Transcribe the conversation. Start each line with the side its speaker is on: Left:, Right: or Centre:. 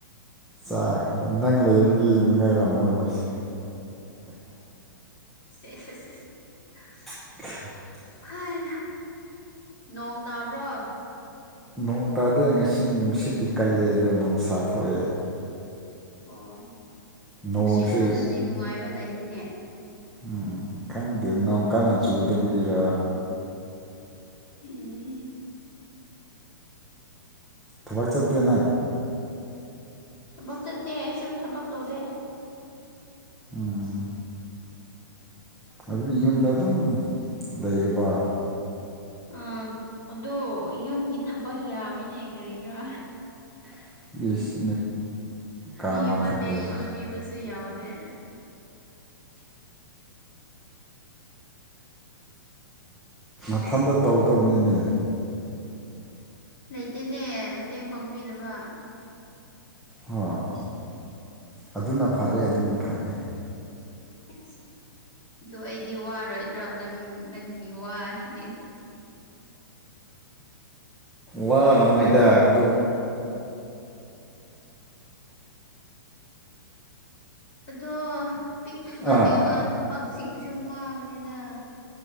Centre: ꯆꯥꯈ꯭ꯔꯕ ꯅꯪ ꯂꯩꯕꯒꯤ ꯅꯨꯡꯉꯥꯏꯔꯝꯃꯣꯏ ꯃꯣꯏꯁꯦ <inaudible> <inaudible>
Left: <inaudible>
Centre: <inaudible>
Left: ꯍꯥꯏ ꯅꯣꯡ ꯇꯥꯕ꯭ꯔꯣ
Centre: ꯅꯣꯡ ꯇꯥꯗꯦ ꯉꯁꯤ ꯅꯨꯡꯁꯤꯠꯗꯤ ꯀꯜꯂꯦ ꯑꯗꯣ ꯅꯣꯡꯁꯥ ꯊꯣꯛꯑꯦ
Left: ꯑꯣ ꯅꯨꯡꯁꯤꯠꯀꯜꯂꯗꯤ
Centre: ꯅꯣꯡꯁꯦ
Left: ꯅꯨꯡꯉꯥꯏꯕ ꯂꯩꯅꯤꯅꯦ
Centre: ꯎꯝ ꯈꯪꯗꯦ ꯅꯣꯡ ꯀꯥꯟꯟꯅ ꯆꯨꯗꯕꯒꯤꯔ
Left: ꯎꯝ
Centre: ꯊꯕꯛ ꯆꯠꯇꯦ ꯅꯪ
Left: ꯊꯕꯛ ꯆꯠꯇꯦ ꯑꯩꯁꯨ ꯊꯕꯛ ꯇꯧꯗꯦ
Centre: ꯎꯝ ꯑꯗꯨꯗꯤ ꯌꯨꯝꯗ ꯑꯗꯨꯝ ꯂꯩꯔꯤꯕ
Left: ꯑꯥ ꯑꯗꯨ ꯌꯨꯝꯒꯤ ꯊꯕꯛ ꯌꯥꯝꯃꯤꯅꯦ ꯀꯔꯤꯗꯔꯥ
Centre: <unintelligible> ꯀꯥ
Left: ꯃꯤ
Centre: ꯃꯈꯥ
Left: ꯃꯇꯦꯡ
Centre: ꯂꯩ
Left: ꯄꯥꯡꯕꯤꯕꯁꯨ ꯌꯥꯎꯗꯦ <inaudible>
Centre: ꯃꯊꯟꯗ ꯇꯧꯗꯕꯅꯤꯅꯦ
Left: ꯂꯩꯇꯦꯅꯦ ꯃꯇꯦꯡ ꯄꯥꯡꯕꯤꯅꯕ
Centre: ꯍ‌ꯣ ꯑꯗꯨꯅ ꯐꯔꯦ ꯑꯗꯨꯅ ꯐꯔꯦ
Left: ꯊꯁ ꯑꯗꯨ ꯑꯩꯗꯤ ꯋꯥꯔꯣꯏꯗ꯭ꯔꯣ ꯅꯪ ꯅꯪꯒꯤ ꯋꯥꯁꯤꯗꯤ
Centre: ꯋꯥꯔꯝꯃꯣꯏꯗ ꯑꯗꯨ
Left: <inaudible> ꯑꯗꯣ ꯄꯤꯛ ꯄꯤꯛꯄ
Centre: ꯑꯥ
Left: ꯊꯕꯛꯁꯤꯡꯁꯨ ꯋꯥꯕꯅꯤꯗ